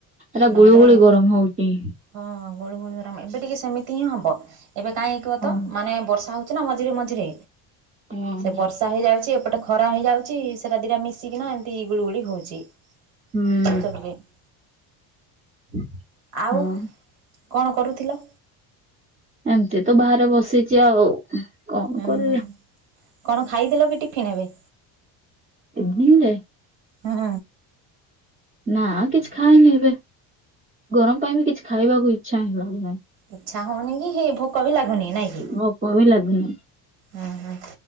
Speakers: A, on the right; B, on the right.
A: ଏଟା
B: ନହେଲେ
A: ଗୁଳୁ ଗୁଳି ଗରମ ହଉଚି।
B: ହଁ ଗୁଳୁ ଗୁଳି ଗରମ ଏବେ ଟିକେ ସେମିତି ହିଁ ହବ। ଏବେ କାଇଁ କୁହତ
A: ହଁ।
B: ମାନେ ବର୍ଷା ହଉ ଅଛି ନା ମଝିରେ ମଝିରେ।
A: ଓହୋ।
B: ସେ ବର୍ଷା ହେଇଯାଉଚି। ଏପଟେ ଖରା ହେଇଯାଉଚି। ସେଟା ଦିଟା ମିଶିକିନା ଏମିତି ଗୁଳଗୁଳି ହଉଚି।
A: ହୁଁ।
B: <unintelligible>
A: <inaudible>
B: ଆଉ
A: ହଉ
B: କଣ କରୁଥିଲ?
A: ଏମିତି ତ ବାହାରେ ବସିଚି ଆଉ। କଣ
B: ହୁଁ
A: କରିବା
B: ହୁଁ ହୁଁ କଣ ଖାଇଦେଲ କି ଟିଫିନ୍ ଏବେ?
A: ଏଭିନିଙ୍ଗୀ ରେ।
B: ହୁଁ।
A: ନା କିଛି ଖାଇନି ଏବେ, ଗରମ ପାଇଁ ବି କିଛି ଖାଇବାକୁ ଇଚ୍ଛା ହିଁ ହଉନାହିଁ।
B: ଇଚ୍ଛା ହଉନି କି ହେଇ ଭୋକ ବି ଲାଗୁନି ନାଇଁ କି
A: ଭୋକ ବି ଲାଗୁନି
B: ହୁଁ ହୁଁ।